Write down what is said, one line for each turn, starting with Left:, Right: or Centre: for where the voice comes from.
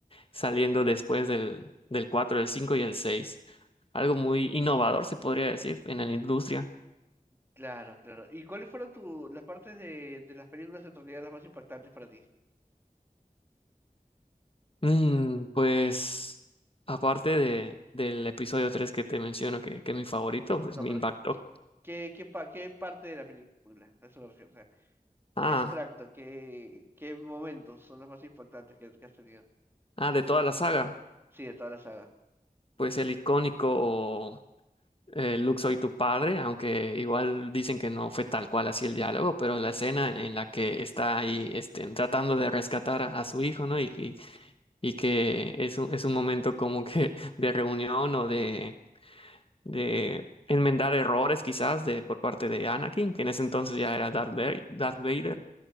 Left: saliendo después del, del 4 el 5 y el seis Algo muy innovador, se podría decir, en la industria.
Right: Claro, claro. ¿Y cuáles fueron tu, las partes de, de las películas en realidad las más impactantes para ti?
Left: Mm, pues aparte de, del episodio 3 que te menciono, que, que es mi favorito, pues
Right: No,
Left: me
Right: pero
Left: impactó.
Right: ¿qué, qué, qué, qué, pa- qué parte de la película? A Eso me refiero, o sea,
Left: Ah,
Right: ¿qué extracto, qué, qué momentos son los más impactantes que, que has tenido?
Left: ah, de toda la saga,
Right: Sí, de toda la saga.
Left: pues el icónico eh, Luke, soy tu padre, aunque igual dicen que no fue tal cual así el diálogo, pero la escena en, en la que está ahí este, tratando de rescatar a, a su hijo, ¿no? Y, y, y que es un, es un momento como que <laughs> de reunión o de, de enmendar errores quizás de, por parte de Anakin, que en ese entonces ya era Darth Vader. Darth Vader.